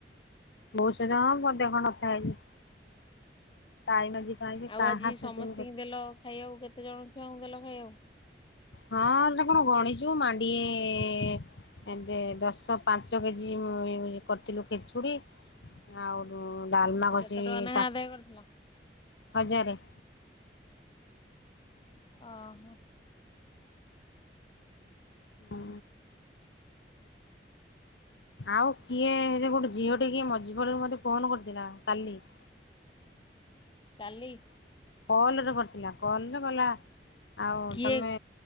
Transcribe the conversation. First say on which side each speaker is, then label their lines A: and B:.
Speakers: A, on the left; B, on the left.
A: ବହୁତ ସୁଧ ହଁ ମ ଦେହ କଣ ନଥା ହେଇଛି ତାାଇ ମଝ କାଇକ କି
B: ଆଉ
A: କାହା
B: ଆଜି
A: ସେ
B: ସମସ୍ତିଙ୍କି
A: ତ
B: ଦେଲ ଖାଇବାକୁ କେତେ ଜଣ ଛୁଆଙ୍କୁ ଦେଲ ଖାଇଆକୁ?
A: ହଁ ଗୋଟେ କଣ ଗଣିଛୁ ମାଣ୍ଡିଏ ଦଶ ପାଞ୍ଚ କେଜି କରିଥିଲୁ ଖେଚୁଡ଼ି ଆଉ। ଡାଲମା ହବ
B: କେତେ
A: ସେଇ
B: ଟଙ୍କା ନେଖା
A: ସା
B: ଆଦାୟ କରିଥିଲ?
A: ହଜାରେ।
B: ଓ ହୋ।
A: ହୁଁ ଆଉ କିଏ ଜେ ଗୋଟେ ଝିଅ ଟେ ହି ମଜା ଝିଅଟି ମତେ ଫୋନ କରିଥିଲା କାଲି। <inaudible>
B: କାଲି।
A: କଲ ରେ କରିଥିଲା କଲ ରେ କହିଲା ଆଉ
B: କିଏ
A: ତମେ